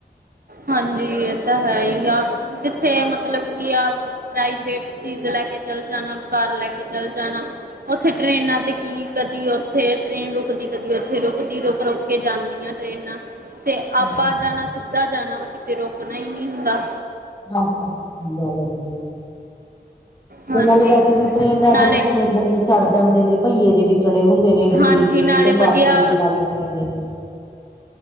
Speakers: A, on the right (about 60°); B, on the left (about 25°).
A: ਹਾਂਜੀ, ਇਹ ਤਾਂ ਹੈ ਹੀ ਆ, ਜਿੱਥੇ ਮਤਲਬ ਕੀ ਆ ਪ੍ਰਾਈਵੇਟ ਚੀਜ਼ ਲੈਕੇ ਚਲ ਜਾਣਾ, ਕਾਰ ਲੈਕੇ ਚਲ ਜਾਣਾ, ਉੱਥੇ ਟ੍ਰੇਨਾਂ ਤੇ ਕੀ ਕਦੀ ਉੱਥੇ ਟ੍ਰੇਨ ਰੁਕਦੀ, ਕਦੀ ਉੱਥੇ ਰੁਕਦੀ, ਰੁਕ-ਰੁਕ ਕੇ ਜਾਂਦੀਆਂ ਟ੍ਰੇਨਾਂ। ਤੇ
B: ਹਾਂਜੀ
A: ਆਪਾਂ
B: ਹਾਂਜੀ
A: ਜਾਣਾ, ਸਿੱਧਾ ਜਾਣਾ ਵਾ, ਕਿਤੇ ਰੋਕਣਾ ਹੀ ਨਹੀਂ ਹੁੰਦਾ।
B: ਹਾਂ ਕਿ, ਗੱਲ ਆ, ਜੇ
A: ਹਾਂਜੀ
B: ਤੇ ਨਾਲ ਵੈਸੇ ਵੀ ਟ੍ਰਰੇਨਾਂ'ਚ
A: ਨਾਲੇ
B: ਨਾ ਜਨੇ-ਖਨੇ ਚੜ੍ਹ ਜਾਂਦੇ ਨੇ, ਭਈਏ ਜੇ ਵੀ ਚੜੇ ਹੁੰਦੇ ਨੇ। ਬੀੜੀ
A: ਹਾਂਜੀ
B: ਜਿਹੀ,
A: ਨਾਲੇ
B: ਤੰਬਾਕੂ
A: ਵਧੀਆ
B: ਜੇ ਲਾ ਦਿੰਦੇ ਨੇ।